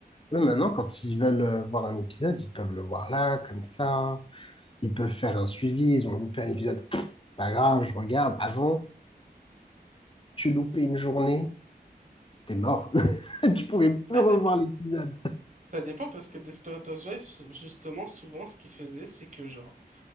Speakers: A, on the left; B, on the right.
A: eux, maintenant, quand ils veulent euh, voir un épisode, ils peuvent le voir là, comme ça. Ils peuvent faire un suivi, ils ont loupé un épisode, pas grave, je regarde. Avant, tu loupais une journée, c'était mort. <laughs> Tu pouvais plus
B: Ça
A: revoir
B: dépend.
A: l'épisode
B: Ça dépend parce que Desperate Housewives, justement, souvent, ce qu'ils faisaient, c'est que genre,